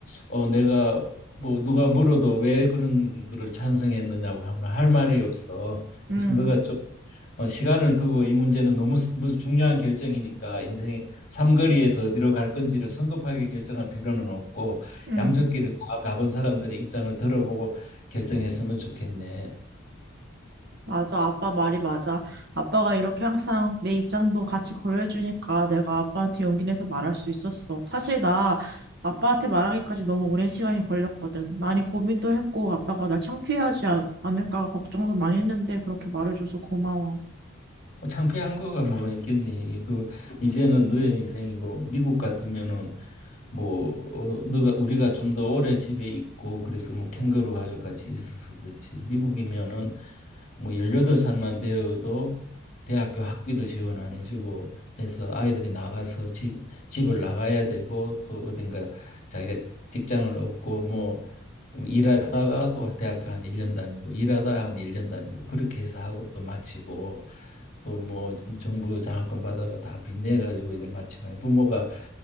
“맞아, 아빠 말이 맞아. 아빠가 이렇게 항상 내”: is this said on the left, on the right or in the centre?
Right